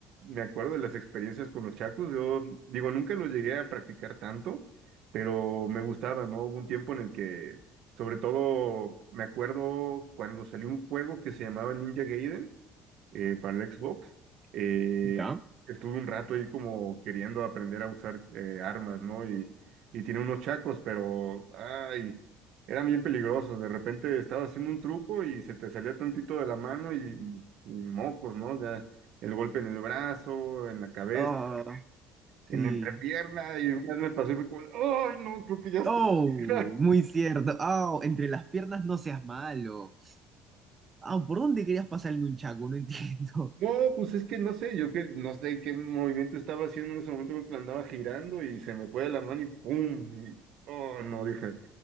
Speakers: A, on the right; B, on the right.
A: me acuerdo de las experiencias con los chacos. Yo digo, nunca los llegué a practicar tanto, pero me gustaba, ¿no? Hubo un tiempo en el que, sobre todo, me acuerdo cuando salió un juego que se llamaba Ninja Gaiden. eh, para el Xbox. Eh,
B: ¿Ya?
A: estuve un rato ahí como queriendo aprender a usar eh, armas, ¿no? Y, y tiene unos chacos, pero, ay, eran bien peligrosos. De repente estaba haciendo un truco y se te salía tantito de la mano y, y mocos, ¿no? Ya el golpe en el brazo, en la cabeza,
B: Ah,
A: en
B: sí.
A: la entrepierna, y una vez me pasó y fue como, ay, no, creo que ya está.
B: Oh,
A: <laughs>
B: muy cierto. Oh, entre las piernas no seas malo. Ah, ¿por dónde querías pasar el un chaco? No entiendo.
A: No, pues es que no sé, yo que no sé qué movimiento estaba haciendo en ese momento porque la andaba girando y se me fue de la mano y ¡pum! Y, oh, no, dije,